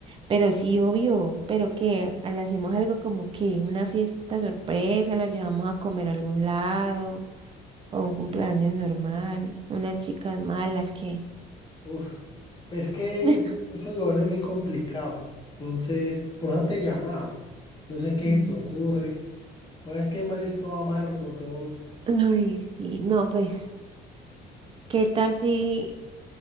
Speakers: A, on the right; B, on the left.
A: Pero sí, obvio. ¿Pero qué? ¿A- ¿Le hacemos algo como que una fiesta sorpresa? ¿Lo llevamos a comer a algún lado? ¿O un cumpleaños normal? ¿Unas chicas malas? ¿Qué?
B: uf, pues que
A: <laughs>
B: es- ese huevón es muy complicado. Entonces, por eso te llamaba. No sé qué
A: Mm.
B: se te ocurre. O es que el man es todo amargo, todo.
A: Ay, sí. No, pues, ¿qué tal si...?